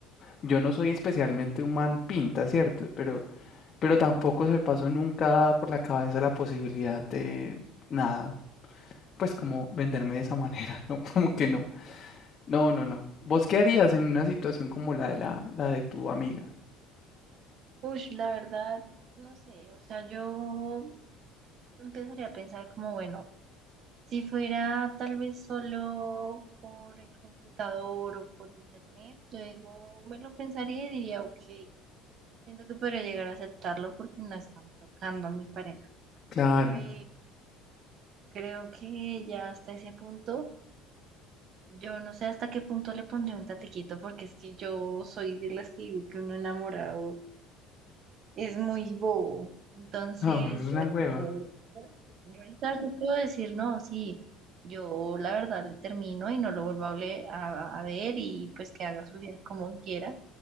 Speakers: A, on the left; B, on the right.
A: yo no soy especialmente un man pinta, ¿cierto? Pero, pero tampoco se me pasó nunca por la cabeza la posibilidad de nada, pues como venderme de esa manera, <laughs> no, como que no. No, no, no. ¿Vos qué harías en una situación como la de la, la de tu amiga?
B: Uy, la verdad, no sé, o sea, yo empezaría a pensar como, bueno, si fuera tal vez solo por el computador o por internet, luego me lo pensaría y diría, ok, siento que podría llegar a aceptarlo porque no están tocando a mi pareja.
A: Claro.
B: pero creo que ya hasta ese punto, yo no sé hasta qué punto le pondré un tatequito, porque es que yo soy de las que digo que uno enamorado es muy bobo. Entonces,
A: No, bueno, es una
B: eh,
A: hueva.
B: como- yo ahorita yo puedo decir, no, sí, yo la verdad le termino y no lo vuelvo a, hable- a a ver y pues que haga su vida como quiera